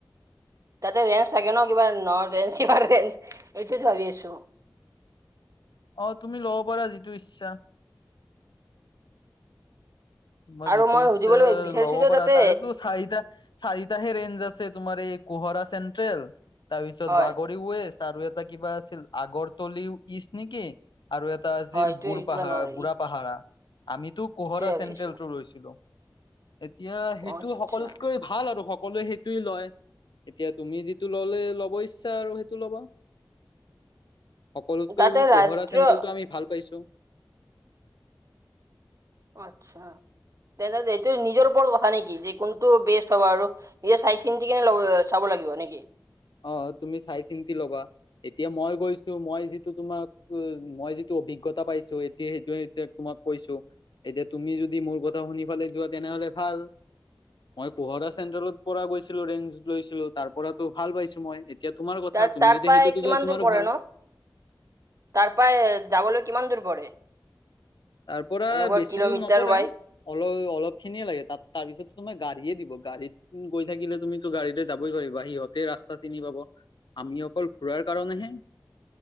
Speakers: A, on the right; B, on the left.
A: তাতে ৰেঞ্জ থাকে ন, কিবা ৰেঞ্জ কিবা, ৰেঞ্জ এইটো ভাবি আছো।
B: অ, তুমি ল'ব পাৰা যিটো ইচ্ছা। তোমাৰ
A: আৰু
B: যিটো
A: মই
B: ইচ্ছা
A: সুধিবলৈ বিচাৰিছো
B: ল'ব
A: যে
B: পৰা,
A: তাতে
B: তাৰে তোৰ চাৰিটা চাৰিটাহে ৰেঞ্জ আছে, তোমাৰ এই কহৰা চেন্ট্ৰেল, তাৰপিছত
A: হয়
B: বাগ ৱেষ্ট আৰু এটা কিবা আছিল, আগৰতলি ইষ্ট, নেকি? আৰু এটা আছিল,
A: হয় এইটোৱে
B: বুঢ় পাহাৰা,
A: কিবা ন
B: বুঢ়া
A: এইটোৱে
B: পাহাৰা, আমিতো কহৰা
A: ভাবি আছো
B: লৈছিলো, এতিয়া সেইটো
A: আচ্ছা
B: সকলোতকৈ ভাল আৰু সকলোৱে সেইটোৱেই লয়। এতিয়া তুমি যিটো ল'লে ল'ব ইচ্ছা আৰু সেইটো ল'বা। সকলোতকৈ
A: তাতে
B: কোহৰা
A: ৰাষ্ট্ৰীয়
B: চেন্ট্ৰেলটো, আমি ভাল পাইছো।
A: অ, আচ্ছা তেন্তে, এইটো নিজৰ ওপৰত কথা নেকি, যে কোনটো বেষ্ট হ'ব আৰু। নিজে চাই চিন্তিকে ল'ব, চাব লাগিব নেকি?
B: অ, তুমি চাই চিন্তি ল'বা। এতিয়া মই গৈছো, মই যিটো তোমাক উ, মই যিটো অভিজ্ঞতা পাইছো, এতিয়া সেইটো তোমাক কৈছো, এতিয়া তুমি যদি মোৰ কথা শুনি ফালে যোৱা তেনেহ'লে ভাল। মই কোহৰা চেন্ট্ৰেলৰ পৰা গৈছিলো, ৰেঞ্জ লৈছিলো তাৰ পৰাতো ভাল পাইছো মই। এতিয়া তোমাৰ কথা,
A: তাৰ
B: তুমি
A: তাৰ
B: যদি
A: পৰাই
B: সেইটোতো
A: কিমান
B: যোৱা তোমাৰো
A: দূৰ পৰে
B: ভাল।
A: ন তাৰ পৰাই যাবলৈ, কিমান দূৰ পৰে?
B: তাৰ পৰা
A: এনেকুৱা
B: বেছি
A: কিলোমিটাৰ
B: দূৰ নপৰে।
A: ৱাইজ
B: অলপ, অলপ খিনিয়ে লাগে, তাত তাৰপিছত ত, তোমাৰ গাড়ীয়ে দিব, গাড়ীত। গৈ থাকিলে তুমিতো, গাড়ীতে যাবই পাৰিবা সিহঁতে ৰাস্তা চিনি পাব। আমি অকল ঘূৰাৰ কাৰণেহে।